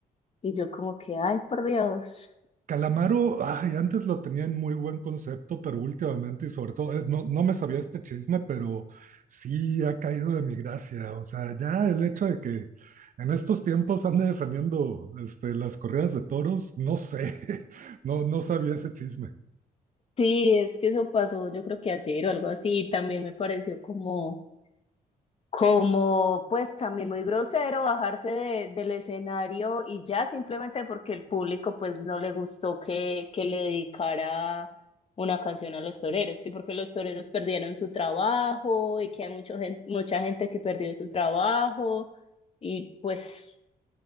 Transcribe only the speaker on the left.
Y yo como que, ay, por Dios.
Sí, es que eso pasó, yo creo que ayer o algo así, y también me pareció como, como, pues también muy grosero bajarse de- del escenario y ya simplemente porque el público pues no le gustó que, que le dedicara una canción a los toreros, que porque los toreros perdieron su trabajo y que hay mucho gen- mucha gente que perdió su trabajo y pues...